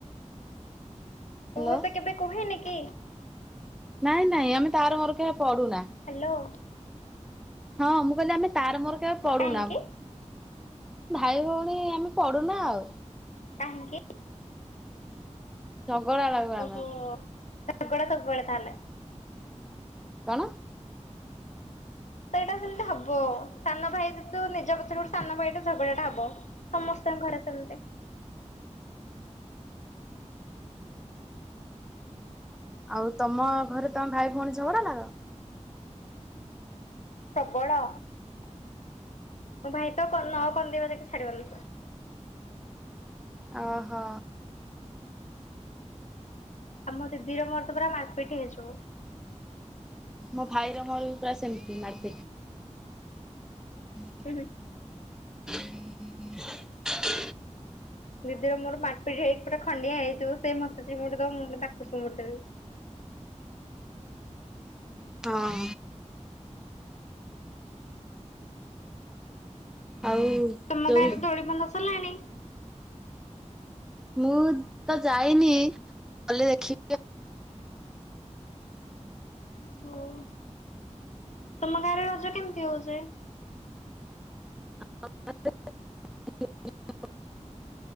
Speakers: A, in the centre; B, on the left.
A: ହ୍ୟାଲୋ।
B: ମୁଁ ତତେ କେବେ କୁହେନି କି।
A: ନାଇଁ ନାଇଁ ଆମେ ତାର ମୋର କେ ପଢୁନା।
B: ହ୍ୟାଲୋ।
A: ହଁ ମୁଁ କହିଲି ଆମେ ତାର ମୋର କେବେ ପଡୁନା।
B: କାହିଁକି
A: ଭାଇ ଭଉଣୀ ଆମେ ପଡୁନା ଆଉ।
B: କାହିଁକି?
A: ଝଗଡ଼ା ଲାଗୁ।
B: ଓହୋ
A: ଆମେ
B: ଝାଗଡା ସବୁବେଳେ ତାହେଲେ।
A: କଣ?
B: ତ ଏଇଟା ସେମିତି ହବ ସାନ ଭାଇ ଯେ ତୁ ନିଜ ପଛରେ ଗୋଟେ ସାନ ଭାଇଟ ଝଗଡାଟା ହବ। ସମସ୍ତଙ୍କ ଘରେ ସେମିତି।
A: ଆଉ ତମ ଘରେ ତମେ ଭାଇ ଭଉଣୀ ଝଗଡା ଲାଗ?
B: ପ୍ରବଳ ମୋ ଭାଇ ତ ନକନ୍ଦେଇବା ଯାକେ ଛାଡିବନି।
A: ଓହୋ।
B: ଆମ ଦିଦି ର ମୋର ତ ପୁରା ମାରପିଟ ହେଇଯିବୁ।
A: ମୋ ଭାଇର ମୋର ପୁରା ସେମିତି ମାରପିଟି। ହଁ <unintelligible>
B: ହୁଁ ହୁଁ।
A: ହୁଁ <unintelligible>
B: ଦିଦି ର ମୋର ମାର ପିଠି ହେଇି ପୁରା ଖଣ୍ଡିଆ ହେଇଯିବୁ ସେ ମତେ ଚିମୁଡି ଦେବ ମୁଁ ଡାକୁ ଚିମୁୁଡି ଦେବି।
A: ହଁ। ଆଉ
B: ତମ
A: ଯୋଉ
B: ଗାଁରେ ଦୋଳିିବନ୍ଧା ସରିଲାଣି।
A: ମୁଁ ତ ଯାଇନି ଗଲେ ଦେଖିବି।
B: ହଉ ତମ ଗାଁ ରେ ରଜ କେମିତି ହଉଛି?
A: <inaudible>